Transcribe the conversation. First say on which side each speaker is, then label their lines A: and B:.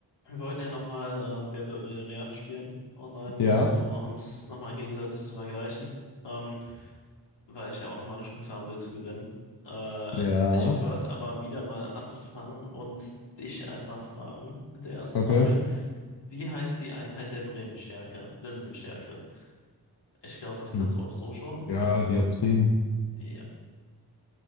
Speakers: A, on the left (about 85°); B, on the left (about 65°).
A: Wir wollten ja nochmal äh, Wer wird Millionär spielen online,
B: Ja,
A: um so uns nochmal gegenseitig zu vergleichen, ähm, weil ich ja auch nochmal eine Chance haben will zu gewinnen. Äh,
B: ja,
A: ich würde aber wieder mal anfangen und dich einfach fragen mit der ersten
B: okay.
A: Frage. Wie heißt die Einheit der Brennstärke? Linsenstärke. Ich glaube, das kannst
B: Hm.
A: du auch so schon.
B: Ja, Dioptrien,
A: Ja,